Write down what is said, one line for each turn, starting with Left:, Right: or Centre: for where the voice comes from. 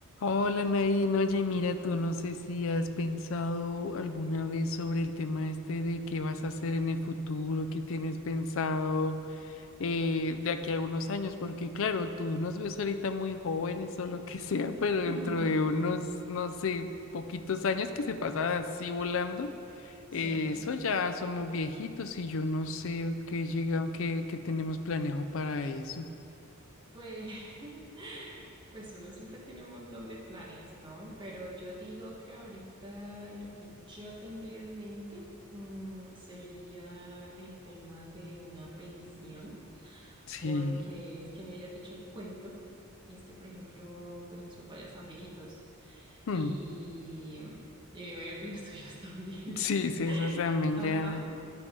Left: Hola Nadine, oye, mira, tú no sé si has pensado alguna vez sobre el tema este de qué vas a hacer en el futuro, qué tienes pensado eh, de aquí a unos años, porque claro, tú nos ves ahorita muy jóvenes o lo que <laughs> sea, pero dentro
Right: <laughs>
Left: de unos, no sé, poquitos años que se pasan así volando,
Right: Sí,
Left: eh, eso ya somos viejitos y yo no sé qué llega, qué, qué tenemos planeado para eso.
Right: pues, <laughs> pues uno siempre tiene un montón de planes, ¿no? Pero yo digo que ahorita lo que yo tendría en mente, mm, sería el tema de una pensión,
Left: Sí,
Right: porque es que, mira, yo te echo el cuento, y es que, por ejemplo, pues mis papás ya están viejitos
Left: Mm,
Right: y, mm, y me imagino que los tuyos también.
Left: Sí, sí,
Right: <laughs>
Left: eso también
Right: Ajá.
Left: ya.